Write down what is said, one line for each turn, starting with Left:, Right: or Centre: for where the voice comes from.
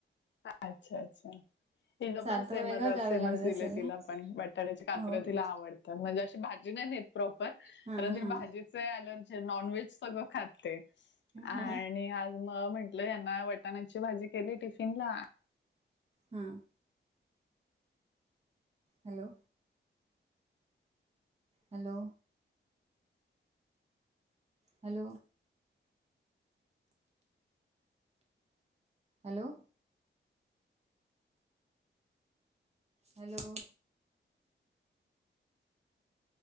Left: अच्छा अच्छा! तिचं
Right: सार्थला
Left: पण सेमच,
Right: वेगळं द्यावं
Left: सेमच
Right: लागत
Left: दिले
Right: असेल ना?
Left: तिला पण बट काचर
Right: हो का?
Left: तिला आवडत, म्हणजे अशी भाजी नाही नेत प्रॉपर,
Right: हा
Left: पण तीला
Right: हा.
Left: भाजी नॉनव्हेज सगळ खाते, आणि
Right: हा
Left: आज मग यांना वटाणाची भाजी केली, टिफिनला
Right: हा. Hello? Hello? Hello? Hello? Hello?